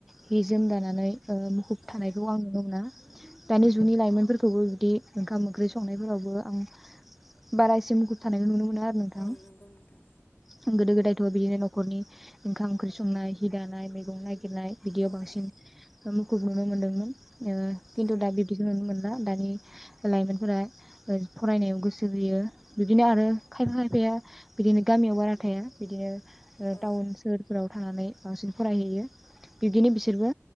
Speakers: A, in the centre; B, on the left.
A: हि जोम दानानै ओ मुखुब
B: औ
A: थानायखौ आं नुनो मोना दानि जुनि लाइमोनफोरखौबो बिदि ओंखाम ओंख्रि संनायफोरावबो आं बारासिम मुखुब थानायखौ नुनो मो नो आरो नोंथां
B: औ नंगौ नोंथां
A: <unintelligible> गोदो गोदाय <unintelligible> खरनि ओंखाम ओंख्रि संनाय हि दानाय मैगं नायग गिरनाय बिदियाव
B: औ
A: बांसिन
B: औ
A: ओ मुख खुब नुनो मोनदोंमोन ओ
B: औ
A: खिन्थु दा बिदिखौ नुनो मोनला दानि लाइमोनफोरा ओ फरायनायाव गोसो होयो बिदिनो आरो खायफा खायफाया बिदिनो गामियाव बारा थाया बिदिनो ओ
B: औ
A: टाउन सोहोरफ्राव थानानै बांसिन फरायहैयो बिब्दिनो बिसोरबो